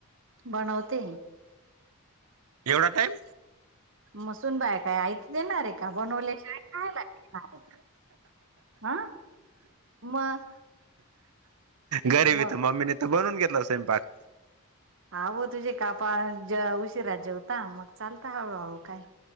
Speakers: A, on the right; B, on the right.
A: बनवते
B: एवढा टाईम
A: मसून बाय काय आयत देणारे... ! का बनवले काय खायालाय हा मग
B: घरी बि
A: मग
B: तर मम्मीने तर बनूऊन घेतला स्वयंपाक
A: हव तुझे का आपण ज उशीरा जेवता मग चालत हळूहळू काय